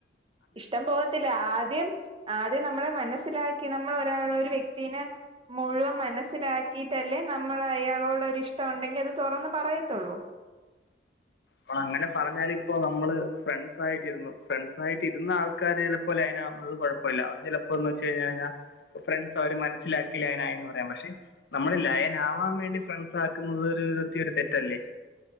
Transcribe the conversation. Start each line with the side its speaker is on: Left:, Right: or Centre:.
Right: ഇഷ്ടം പോവത്തില്ല. ആദ്യം ആദ്യം നമ്മളെ മനസ്സിലാക്കി നമ്മള് ഒരാള ഒരു വ്യക്‌തീന മുഴുവൻ മനസ്സിലാക്കീട്ടല്ലേ നമ്മള് അയാളോട് ഒരു ഇഷ്ടം ഒണ്ടങ്കി അത് തൊറന്ന് പറയത്തൊള്ളു.
Left: പ്പള് അങ്ങനെ പറഞ്ഞാല് ഇപ്പൊ നമ്മള് ഫ്രണ്ട്സ് ആയിട്ടിരുന്നു ഫ്രണ്ട്സായിട്ടിരുന്ന ആൾക്കാര് ചെലപ്പോ ലൈനാവുന്നത് കൊഴ പ്പല്ലാഅത് ചെലപ്പൊന്ന് വെച്ച് കഴിഞ്ഞാ ഞാ ഫ്രണ്ട്സ് അവര് മനസ്സിലാക്കില്ല ലൈൻ ആയിന്ന് പറയാം പക്ഷെ നമ്മള് ലൈൻ ആവാൻ വേണ്ടി ഫ്രണ്ട്സ് ആക്കുന്നത് ഒരുവിധത്തി ഒരു തെറ്റല്ലേ